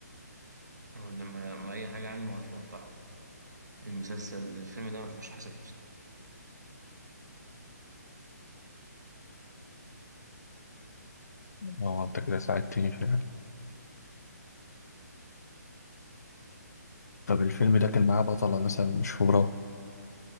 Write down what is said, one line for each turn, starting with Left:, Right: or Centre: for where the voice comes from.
Right: أو لما ما أي حاجة عنه هتوضحها المسلسل الفيلم ده ما فيهوش حسن حسني
Left: اه أنت كده ساعدتني فعلا طب الفيلم ده كان معاه بطلة مثلا مشهورة